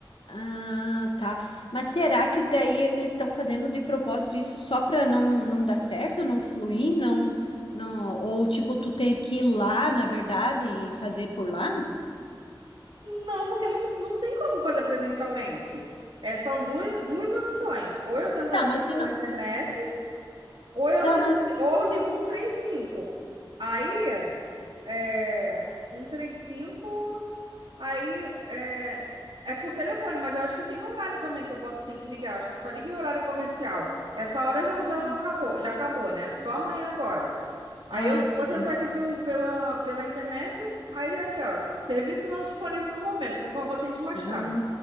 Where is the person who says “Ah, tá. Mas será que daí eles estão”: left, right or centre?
Left